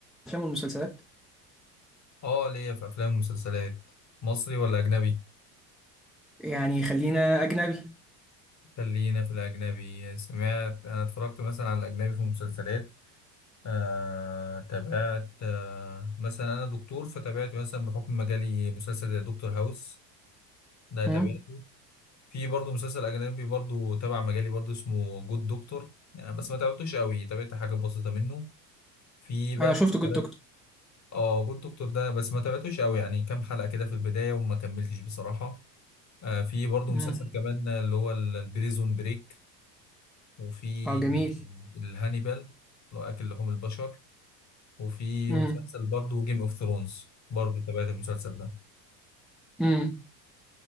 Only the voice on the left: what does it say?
اه ليا في افلام ومسلسلات مصري ولا اجنبي
خلينا في الاجنبي سمعت انا اتفرجت مثلا على الاجنبي في مسلسلات آه تابعت آه مثلا انا دكتور فتابعت مثلا بحكم مجالي مسلسل زي دكتور هاوس ده تابعته
في برضه مسلسل اجنبي برضه تبع مجالي برضه اسمه جود دكتور يعني بس ما تابعتوش قوي تابعت حاجه بسيطه منه في بقى
مسلسلات
اه جود دكتور ده بس ما تابعتوش قوي يعني كام حلقه كده في البدايه وما كملتش بصراحه آه، في برضه
مسلسل كمان اللي هو ال- البريزون بريك وفي
الهانيبال اللي هو أكل لحوم البشر وفي
مسلسل برضه جيم اوف ثرونز برضه تابعت المسلسل ده